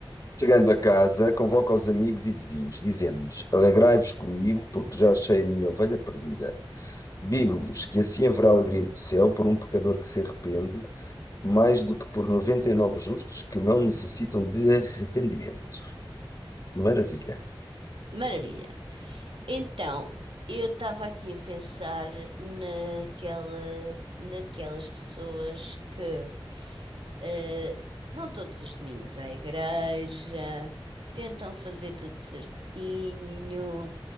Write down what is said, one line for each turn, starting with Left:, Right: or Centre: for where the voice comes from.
Left: Chegando a casa, convoca os amigos e vizinhos, dizendo-lhes: Alegrai-vos comigo, porque já achei a minha ovelha perdida. Digo-vos que assim haverá alegria no céu por um pecador que se arrepende, mais do que por 99 justos que não necessitam de arrependimento. Maravilha.
Right: Maravilha. Então, eu estava aqui a pensar naquela, naquelas pessoas que Eh, vão todos os domingos à igreja, tentam fazer tudo certinho,